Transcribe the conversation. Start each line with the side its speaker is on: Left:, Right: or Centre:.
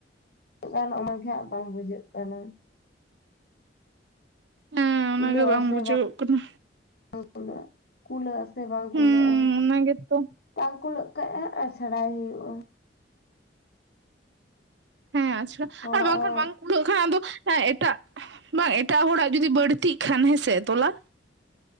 Left: ᱩᱱᱟᱹᱜ ᱜᱟᱱ ᱚᱱᱟᱜᱮ ᱦᱟᱸᱜ ᱵᱟᱝ ᱵᱩᱡᱷᱟᱹᱜ ᱠᱟᱱᱟ᱾
Right: ᱦᱮᱸ
Left: ᱠᱩᱞᱟᱹ
Right: ᱚᱱᱟᱜᱮ
Left: ᱟᱥᱮ‌‌
Right: ᱵᱩᱡᱷᱟᱹᱜ
Left: ᱵᱟᱝ
Right: ᱠᱟᱱᱟ
Left: ᱠᱩᱞᱟᱹ ᱟ ᱠᱩᱞᱟᱹᱜ ᱟᱥᱮ ᱵᱟᱝ
Right: ᱦᱩᱸ
Left: ᱠᱩᱞᱟᱹᱜ-ᱟ
Right: ᱚᱱᱟᱜᱮ ᱛᱚ
Left: ᱵᱟᱝ ᱠᱩᱞᱟᱹᱜ ᱠᱟᱜ-ᱟ ᱟᱪᱲᱟᱭ ᱦᱩᱭᱩᱜ-ᱟ᱾
Right: ᱦᱮᱸ ᱟᱪᱷᱟ
Left: ᱦᱚᱲᱟᱜ
Right: ᱟᱨ ᱵᱟᱝᱠᱷᱟᱱ
Left: ᱦᱚᱸ
Right: ᱵᱟᱝ‌, ᱠᱩᱞᱟᱜ ᱠᱷᱟᱱ ᱟᱫᱚ ᱮᱴᱟᱜ ᱵᱟᱝ ᱮᱴᱟᱜ ᱦᱚᱲᱟᱜ ᱡᱩᱫᱤ ᱵᱟᱹᱲᱛᱤᱜ ᱠᱷᱟᱱ ᱦᱮᱸᱥᱮ ᱛᱚᱞᱟ‌᱾